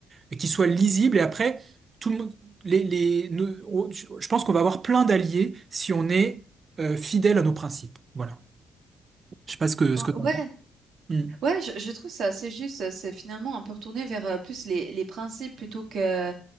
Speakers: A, on the right (about 40°); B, on the right (about 65°).
A: et qui soit lisible. Et après, tout le monde, les, les, nous- on- je je pense qu'on va avoir plein d'alliés si on est euh, fidèle à nos principes. Voilà. Je sais pas ce que
B: Ouais,
A: ce que t'en
B: ouais,
A: penses. Hmm.
B: ouais, je, je trouve ça assez juste. euh, C'est finalement un peu retourné vers euh, plus les, les principes plutôt que,